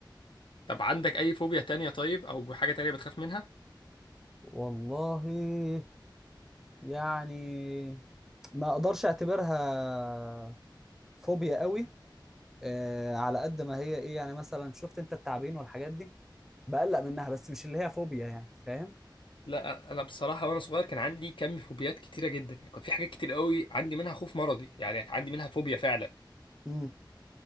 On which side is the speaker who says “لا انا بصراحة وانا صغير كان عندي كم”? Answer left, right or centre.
Left